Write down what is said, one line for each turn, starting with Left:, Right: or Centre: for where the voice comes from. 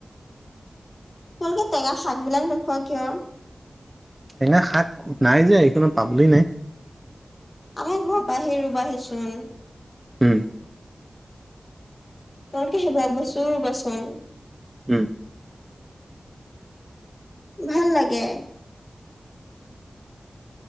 Left: তোমালোকে টেঙা শাক বিলাক নোখোৱা কিয়
Right: টেঙা শাক নাই যে এইখনত পাবলৈ নাই।
Left: আমাৰ ঘৰ পৰা আহি ৰুবাহিচোন।
Right: হম।
Left: তই কি সেইভাগ বস্তু। <unintelligible>
Right: উম,
Left: ভাল লাগে।